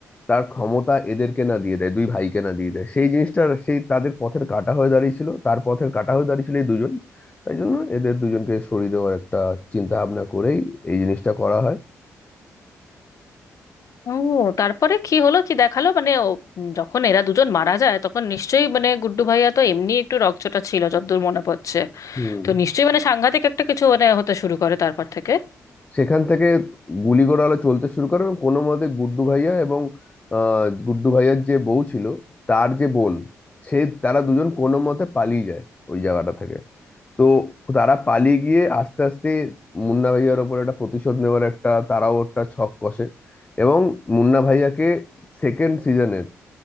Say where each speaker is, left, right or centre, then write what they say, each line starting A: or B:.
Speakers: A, on the left; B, on the left.
A: তার ক্ষমতা এদেরকে না দিয়ে দেয় দুই ভাইকে না দিয়ে দেয় সেই জিনিসটা সেই তাদের পথের কাঁটা হয়ে দাঁড়িয়েছিল তার পথের কাঁটা হয়ে দাঁড়িয়েছিল এই দুজন তাই জন্য এদের দুজনকে সরিয়ে দেওয়ার একটা চিন্তা ভাবনা করেই এই জিনিসটা করা হয়
B: ও তারপরে কি হলো কি দেখালো মানে ও উম, যখন এরা দুজন মারা যায় তখন নিশ্চয়ই মানে গুড্ডু ভাইয়া তো এমনি একটু রকচটা ছিল যতদূর মনে পড়ছে
A: হুম
B: তো নিশ্চয়ই মানে সাংঘাতিক একটা কিছু মানে হতে শুরু করে তারপর থেকে
A: সেখান থেকে গুলিগোড়া আলো চলতে শুরু করে এবং কোনো মতে গুড্ডু ভাইয়া এবং আহ, গুড্ডু ভাইয়ার যে বউ ছিল তার যে বোন সে তারা দুজন কোনো মতে পালিয়ে যায় ওই জায়গাটা থেকে তো তারা পালিয়ে গিয়ে আস্তে আস্তে মুন্না ভাইয়ার ওপর একটা প্রতিশোধ নেওয়ার একটা তারাও একটা ছক কষে এবং মুন্না ভাইয়াকে সেকেন্ড সিজনের